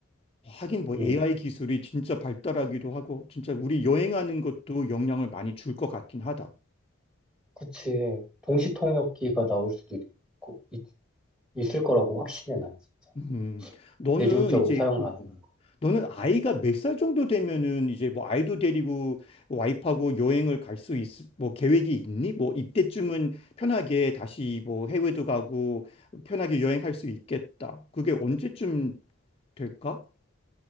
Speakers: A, on the left (about 30°); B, in the centre.
A: 하긴 뭐
B: 음,
A: AI 기술이 진짜 발달하기도 하고, 진짜 우리 여행하는 것도 영향을 많이 줄 것 같긴 하다.
B: 그치. 동시통역기가 나올 수도 있고, 있, 있을 거라고 확신해, 난 진짜.
A: 음, 너는
B: 대중적으로
A: 이제
B: 사용 가능한 거.
A: 너는 아이가 몇 살 정도 되면은 이제 뭐 아이도 데리고 와이프하고 여행을 갈 수 있, 뭐 계획이 있니? 뭐 이때쯤은 편하게 다시 뭐 해외도 가고 편하게 여행할 수 있겠다. 그게 언제쯤 될까?